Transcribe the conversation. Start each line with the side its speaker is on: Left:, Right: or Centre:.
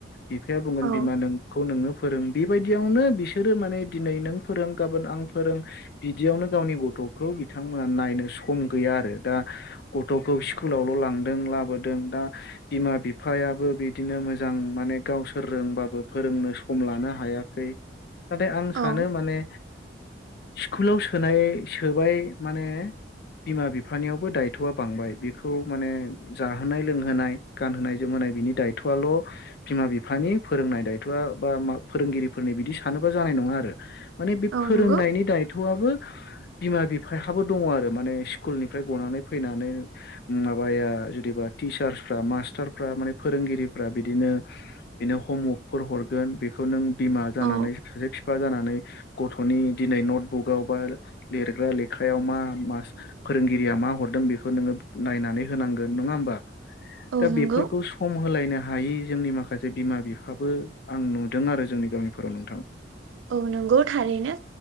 Left: बिफाया बुंगोन
Right: औ
Left: बिमा नोंखौ नोंनो फोरों बेबायदियावनो बिसोरो माने दिनै नों फोरों गाबोन आं फोरों बिदियावनो गावनि गथ' गथ'खौ बिथांमोना नायनो सम गैया आरो दा गथ'खौ स्कुलावल' लांदों लाबोदों दा बिमा बिफायाबो बि बिदिनो मोजां माने गावसोर रोंबाबो फोरोंनो सम लानो हायाखै। नाथाय आं
Right: औ
Left: सानो माने स्कुलाव सोनाय सोबाय माने बिमा बिफानियावबो दायथ'आ बांबाय बेखौ माने जाहोनाय लोंहोनाय गानहोनाय जोमहोनाय बिनि दाय दायथ'आल' बिमा बिफानि फोरोंनाय दायथ'आ बा मा फोरोंगिरिफोरनि बिदि सानोबा जानाय नङा आरो। माने बे
Right: औ
Left: फोरोंनायनि
Right: नंगौ
Left: दायथ'आबो बिमा बिफायाबो दङ आरो माने स्कुलनिफ्राय गनानै फैनानै माबाया जुदि बा। टिचार्सफ्रा मास्टारफ्रा माने फोरोंगिरि फोर बिदिनो बिनो हमवारकफोर हरगोन बेखौ नों बिमा जानानै
Right: औ
Left: सासे बिफा जानानै गथ'नि दिनै नटबुकआव बा लिरग्रा लेखायाव मा मास फोरोंगिरिया मा हरदों बेखौ नोङो नायनानै होनांगोन नङा होमबा।
Right: औ
Left: दा
Right: नंगौ
Left: बेफोरखौ सम होलायनो हायि जोंनि माखासे बिमा बिफाबो आं नुदों आरो जोंनि गामिफोराव नोंथां।
Right: औ नंगौ थारैनो